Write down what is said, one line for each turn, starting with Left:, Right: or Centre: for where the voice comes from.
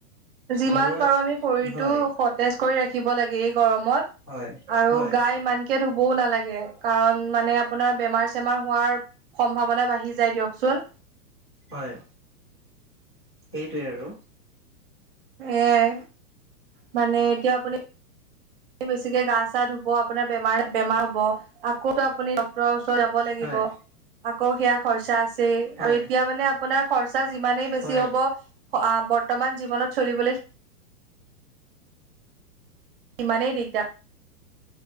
Right: যিমান
Left: ঘৰুৱা
Right: পাৰো আমি শৰীৰতটো
Left: হয়
Right: সতেজ কৰি ৰাখিব লাগে। গৰমত
Left: হয়
Right: আৰু
Left: হয়
Right: গা ইমানকে ধু বও নালাগে, কাৰণ মানে আপোনাৰ বেমাৰ চেমাৰ হোৱাৰ সম্ভাৱনা বাঢ়ি যায় দিয়কচোন।
Left: হয়, সেইটোৱে আৰু।
Right: এয়াই, মানে এতিয়া আপুনি বেছিকে গা চা ধুব, আপোনাৰ বেমাৰ বেমাৰ হ'ব, আকৌ আপুনি ডক <unintelligible> যাব লাগিব,
Left: হয়
Right: আকৌ সেয়া খৰচা আছেই,
Left: হয়
Right: আৰু এতিয়া মানে আপোনাৰ খৰচা চা যিমানেই বেছি
Left: হয়
Right: হ'ব, বৰ্তমান জীৱনত চলিবলৈ সিমানেই দিগদাৰ